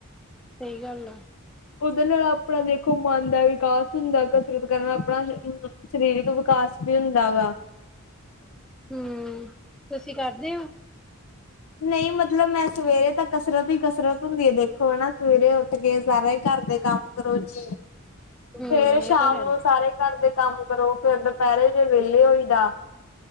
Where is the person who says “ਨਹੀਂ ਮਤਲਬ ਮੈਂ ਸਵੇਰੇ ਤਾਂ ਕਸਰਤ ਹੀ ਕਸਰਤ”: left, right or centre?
Left